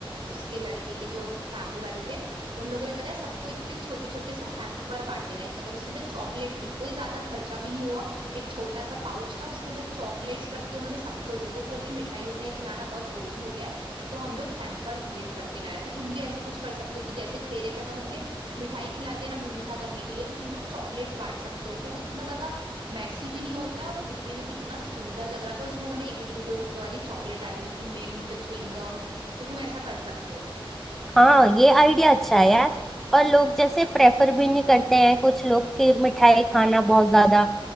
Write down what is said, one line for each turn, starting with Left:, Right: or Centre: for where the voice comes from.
Right: उसके लड़के के जो फैमिली वाले थे उन लोगों ने पता है सबको इतने छोटे छोटे से हैम्पर बांटे लाइक मतलब उसके अंदर चॉकलेट थी कोई ज्यादा खर्चा भी नहीं हुआ एक छोटा सा पाउच था उसके अंदर चॉकलेट्स रख के उन्होंने सबको दी वो बोलते मिठाई विठाई खिलाना बहुत बोरिंग हो गया है तो हम लोग हैम्पर क्रिएट करके लाए तो तुम भी ऐसा कुछ कर सकते हो कि जैसे फेरे खत्म होंगे मिठाई खिलाते हैं ना मुंह मीठा करने के लिए तो तुम लोग चॉकलेट्स बांट सकते हो तो वो इतना ज्यादा मैसी भी नहीं होता है और वो दिखने में भी इतना सुंदर लग रहा था और उसमें उन्होंने एक एक दो दो रुपए वाली चॉकलेट डाली हुई थी मिंट च्युइंगम तो तुम ऐसा कर सकते हो
Centre: हाँ ये आइडिया अच्छा है यार और लोग जैसे प्रेफर भी नहीं करते हैं कुछ लोग की मिठाई खाना बहुत ज्यादा